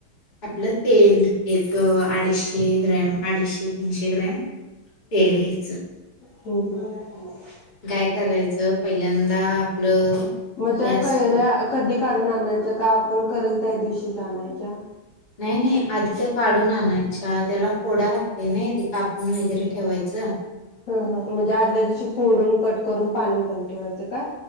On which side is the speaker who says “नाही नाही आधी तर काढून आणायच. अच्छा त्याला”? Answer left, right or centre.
Left